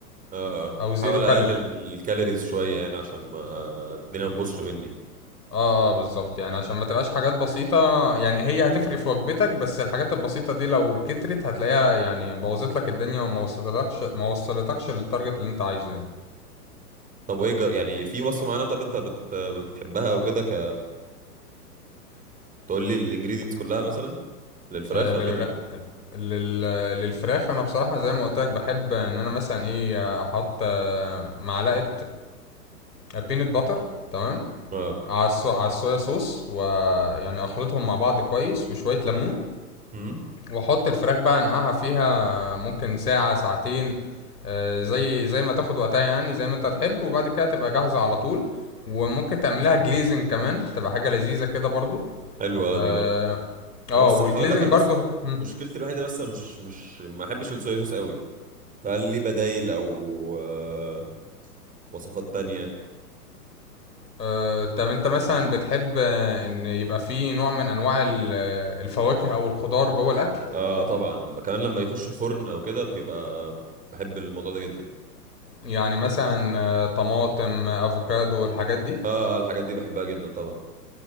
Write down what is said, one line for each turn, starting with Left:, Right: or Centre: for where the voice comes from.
Right: اه آه.
Left: او
Right: حاول
Left: زيرو
Right: اقلل
Left: كالوري
Right: من الكالوريز شويه يعني عشان ما الدنيا ما تبوظش مني
Left: اه اه بالظبط يعني عشان ما تبقاش حاجات بسيطة يعني هي هتفرق في وجبتك بس الحاجات البسيطة دي لو كترت هتلاقيها يعني بوظت لك الدنيا وما وصلتكش ما وصلتكش للتارجت اللي انت عايزه يعني
Right: طب وايه جا- يعني في وصفه معينه طب انت بت... بتحبها او كده ك تقول لي الانجريدينتس كلها مثلا للفراخ
Left: آه للغ...
Right: او كده
Left: لل... للفراخ انا بصراحة زي ما قلت لك بحب ان انا مثلا ايه احط آه، معلقة بينت باتر تمام
Right: اه
Left: على الصو... على الصويا صوص ويعني اخلطهم مع بعض كويس وشوية ليمون
Right: امم
Left: واحط الفراخ بقى انقعها فيها ممكن ساعة ساعتين آه، زي زي ما تاخد وقتها يعني زي ما انت هتحب وبعد كده تبقى جاهزة على طول وممكن تعملها جليزنج كمان تبقى حاجة لذيذة كده برضو
Right: حلوه
Left: اه
Right: اه دي برضه
Left: آه،
Right: انا بس
Left: والجليزنج
Right: هقول لك انا
Left: برضو
Right: بس
Left: هم.
Right: مشكلتي الوحيده بس انا مش مش ما احبش الصويا صوص قوي فهل لي بدايل او آه وصفات تانية
Left: آه، طب انت مثلا بتحب آه، ان يبقى فيه نوع من انواع ال- آه، الفواكه او الخضار جوه الاكل
Right: اه طبعا كمان لما يخش الفرن او كده بيبقى بحب الموضوع ده جدا
Left: يعني مثلا آه، طماطم آه، افوكادو الحاجات دي
Right: اه الحاجات دي بحبها جدا طبعا